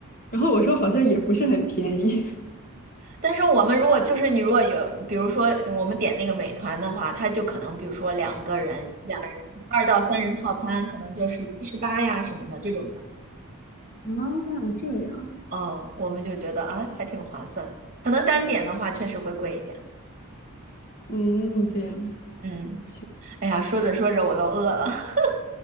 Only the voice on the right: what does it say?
但是我们如果就是你如果有，比如说我们点那个美团的话，它就可能比如说两个人两人二到三人套餐，可能就是七十八呀什么的这种的。
哦，我们就觉得啊还挺划算的。可能单点的话确实会贵一点。
嗯，
哎呀，说着说着我都饿了。<laughs>